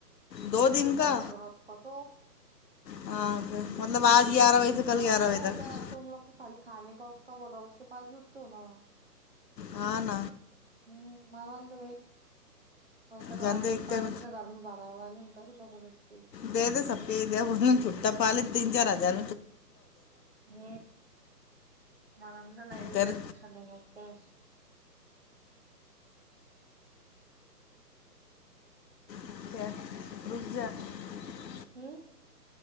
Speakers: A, on the left; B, on the right.
A: دو دن
B: اتر
A: کا
B: لگ رہا اس کا تو
A: ہاں مطلب آج گیارہ بجے سے کل گیارہ
B: حلوا
A: بجے
B: ہے
A: تک
B: کیا تم لوگ کو کل کھانے کا کا بول رہا ہ اس کے پاس بھی تو نا
A: ہ ن
B: ہوں مارند بئی ابھ تک
A: گندے
B: راشن
A: ایک
B: پانی
A: ٹائم
B: اس نے گھر میں بھرا ہے ہوا نہیں <inaudible>
A: دے د سب دے ب چھوٹا پال تینن چارج جر
B: ہ مر اندر نہیں
A: تیرے
B: جائے چلے م کیا
A: <inaudible>
B: ہوں